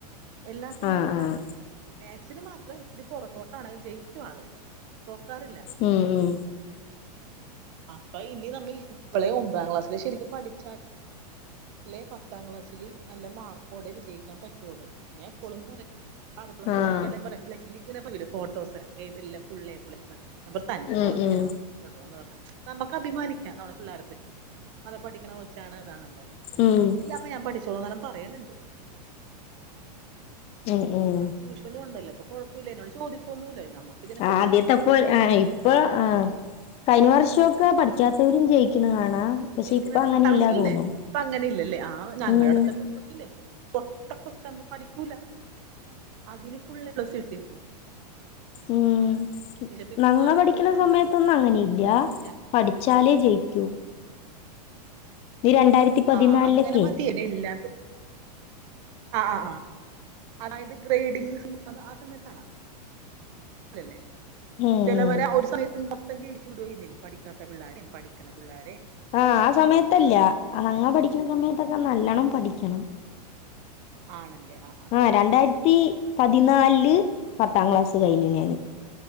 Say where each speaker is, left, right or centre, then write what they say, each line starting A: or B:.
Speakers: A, on the right; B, on the left.
A: എല്ലാത്തിനും
B: ആഹ്
A: നല്ല
B: ആഹ്
A: മാർക്ക് ണ്ട് മാക്സിന് മാത്രം ഇത്തിരി പുറകോട്ട് ആണ് ജയിക്കും ആൾ തോക്കാറില്ല
B: ഉം ഉം
A: അപ്പൊ ഇനി നമ്മ ഇപ്പോളേ ഒമ്പതാം ക്ലാസ്സിലെ ശെരിക്കും പഠിച്ചാ ലെ പത്താം ക്ലാസ്സില് നല്ല മാർക്കോടെ വിജയിക്കാൻ പറ്റുള്ളു ഞാൻ എപ്പോഴും പറയും ഫ്ളക്സ്
B: ആഹ്
A: ൽ ഇങ്ങനെ വരൂലേ ഫോട്ടോസ് എല്ലാം ഫുള്ള് എ പ്ലസ് അന്റെ
B: ഉം
A: ഫോട്ടോ
B: ഉം
A: ഇങ്ങനെ വരണം ട്ടോ എന്ന് പറയും നമ്മുക്ക് അഭിമാനിക്കാം നമ്മളെ പിള്ളേരെെ പറ്റി നല്ല പഠിക്കണ കൊച്ചാണ് അതാണ് എന്ന് പറഞ്ഞു
B: ഉം
A: ഇല്ല അമ്മ ഞാൻ പഠിച്ചോളോന്നാരം പറയുനുണ്ട്
B: ഉം ഉം
A: ട്യൂഷൻ പോകുന്നുണ്ടല്ലോ അപ്പൊ കുഴപ്പമില്ല എന്നോട് ചോദിക്കൊന്നും ഇല്ല എഴുതാൻ ഒന്നും
B: ആ ആദ്യത്തെപ്പോ
A: അറിയില്ല
B: ഇപ്പ ആ കഴിഞ്ഞ വർഷം പഠിക്കാത്തവരും ജയിക്കുന്ന കാണാ പക്ഷെ
A: ജയിക്കുന്നുണ്ട്
B: ഇപ്പൊ അങ്ങനെയല്ലാ
A: പത്താം ക്ലസ്സിലല്ലേ
B: തോന്നുന്നു
A: ഇപ്പൊ അങ്ങനെ ഇല്ലല്ലേ ആ ഞങ്ങളുടെ
B: ഉം
A: അടുത്തപ്പ ഇപ്പോക്കില്ലേ പൊട്ടാ കൊച്ചാണ് പഠിക്കൂല അതിന് ഫുള്ള് എ പ്ലസ് കിട്ടീക്കന്
B: ഉം
A: പേപ്പർ
B: ഞങ്ങൾ
A: മാറിപ്പോയാണ്
B: പഠിക്കണ
A: എന്താന്ന്
B: സമയത്തൊന്നും അങ്ങനെ ഇല്ല
A: ഞാൻ
B: പഠി ച്ചാലേ ജയിക്കൂ നീ രണ്ടായിരത്തി പതിനാലിലൊക്കെ
A: ആഹ അങ്ങനെ മതി ഇനി എല്ലാർക്കും ആ ആ ആ് അതായത് ഗ്രേഡിങ് അ ആ സമയത്താണോ അല്ലല്ലേ
B: ഉം
A: ചിലവരെ
B: ഉം
A: ഒരു സമയത്തും മൊത്തം ജയിച്ചു വിടെന്നു പഠിക്കാത്ത പിള്ളോരെ പഠിക്കണ പിള്ളോര
B: ആഹ ആ സമയത്തല്ല ഞങ്ങൾ പഠിക്കുന്ന
A: അല്ല
B: സമയത്തൊക്കെ
A: ആ
B: നല്ലോണം പഠിക്കണം
A: ആണല്ലേ ആ
B: ആ രണ്ടായിരത്തി പതിനാലില് പത്താം ക്ലാസ്സ് കഴിഞ്ഞു ഞാന്